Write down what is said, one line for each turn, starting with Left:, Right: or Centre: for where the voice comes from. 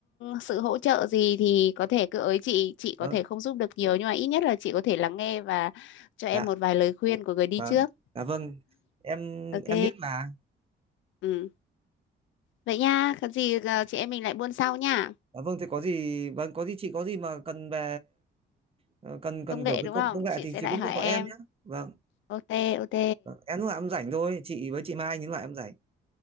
Left: sự hỗ trợ gì thì có thể cứ ới chị chị có
Right: vâng
Left: thể không giúp được nhiều nhưng mà ít nhất là chị có thể lắng nghe và cho em
Right: dạ
Left: một vài lời khuyên của người đi
Right: Vâng,
Left: trước
Right: dạ vâng, em
Left: ok
Right: em biết mà.
Left: ừ. vậy nha có gì ờ, chị em mình lại buôn sau nha
Right: Dạ vâng, thế có gì, vâng, có gì chị có gì mà cần về ờ, cần cần
Left: công nghệ
Right: kiểu cái
Left: đúng
Right: công
Left: không
Right: công nghệ
Left: chị
Right: thì
Left: sẽ
Right: chị
Left: lại
Right: cũng
Left: hỏi
Right: phải gọi
Left: em
Right: em nhé. Vâng,
Left: ok ok
Right: vâng, em lúc nào em rảnh thôi, chị với chị Mai những lúc em rảnh.